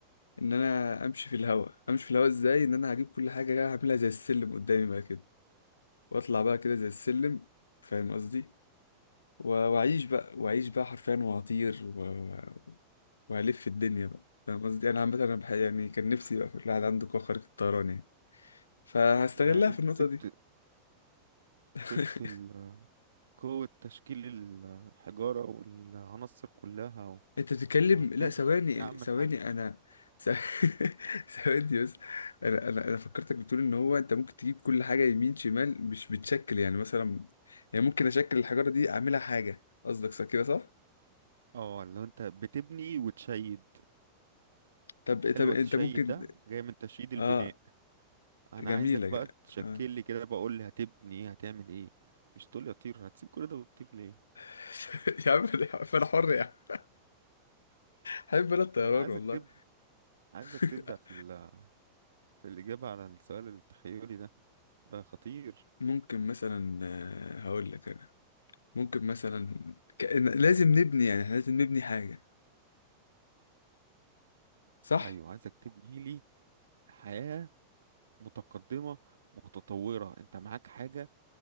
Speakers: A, on the left; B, on the right.
A: ان انا امشي في الهواء امشي في الهواء ازاي ان انا هجيب كل حاجه كده هعملها زي السلم قدامي بقى كده واطلع بقى كده زي السلم فاهم قصدي و- واعيش بقى واعيش بقى حرفيا وهطير و... و- وهلف الدنيا بقى فاهم قصدي انا عامه انا بح... يعني كان نفسي بقى في الواحد عنده قوه خارقه الطيران يعني فهستغلها
B: يعني انت
A: في النقطه
B: سبت
A: دي <laughs>
B: سبت ال- قوة تشكيل الحجارة والعناصر كلها و-
A: انت بتتكلم
B: وهتطير
A: لا ثواني
B: إيه يا عم
A: ثواني
B: الحاج
A: انا ث- <laughs> ثواني بس انا انا انا فكرتك بتقول ان هو انت ممكن تجيب كل حاجه يمين شمال مش بتشكل يعني مثلا يعني ممكن اشكل الحجاره دي اعملها حاجه قصدك صح كده صح
B: اه لو انت بتبني وتشيد
A: طب
B: حلوة
A: طب انت
B: تشيد
A: ممكن
B: ده جاي من تشييد البناء
A: اه
B: انا
A: جميله
B: عايزك بقى
A: جا-
B: تشكل
A: اه
B: لي كده بقول لي هتبني ايه هتعمل ايه مش تقول لي اطير هتسيب كل ده وتطير ليه
A: <laughs> يا عم انا حر يا عم حب انا الطيران
B: انا عايزك
A: والله
B: تبدأ عايزك
A: <laughs>
B: تبدأ في ال... في الإجابة على السؤال التخيلي ده ده خطير
A: ممكن مثلا آه، هقول لك انا ممكن مثلا كأن لازم نبني يعني احنا لازم نبني حاجه صح
B: ايوه عايزك تبني لي حياة متقدمة متطورة انت معاك حاجة